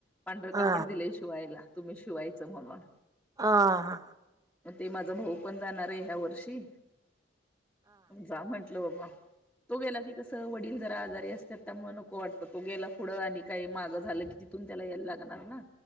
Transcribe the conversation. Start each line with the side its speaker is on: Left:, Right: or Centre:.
Centre: पांढर
Right: हा
Centre: कापड दिलेय शिवायला तुम्ही शिवायचं म्हणून.
Right: ह हा.
Centre: मग ते माझा भाऊ पण जाणार आहे ह्या वर्षी. जा म्हंटल बाबा तो गेला कि कस वडील जरा आजारी अस तर त्यामुळे नको वाटत तो गेला पुढं आणि काही मागं झालं की तिथून त्याला यायला लागणार ना.